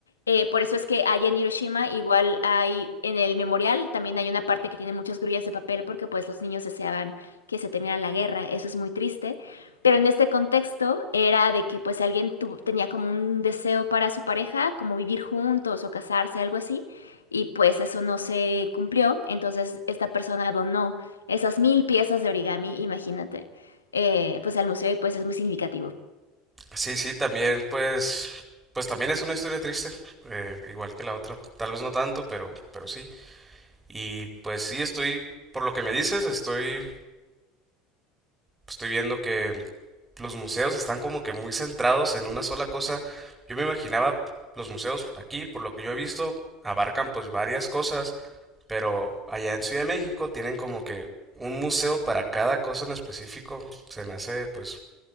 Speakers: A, on the left; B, on the right.
A: Eh, por eso es que allá en Hiroshima igual hay, en el memorial también hay una parte que tiene muchas grullas de papel porque pues los niños deseaban que se terminara la guerra. Eso es muy triste. Pero en este contexto era de que pues alguien tu- tenía como un deseo para su pareja, como vivir juntos o casarse, algo así, y pues eso no se cumplió. Entonces esta persona donó esas mil piezas de origami, imagínate, eh, pues al museo y pues es muy significativo.
B: Sí, sí, también pues pues también es una historia triste, eh, igual que la otra, tal vez no tanto, pero pero sí. Y pues sí estoy por lo que me dices, estoy estoy viendo que los museos están como que muy centrados en una sola cosa. Yo me imaginaba los museos aquí, por lo que yo he visto, abarcan pues varias cosas Pero allá en Ciudad de México tienen como que un museo para cada cosa en específico. Se me hace, pues,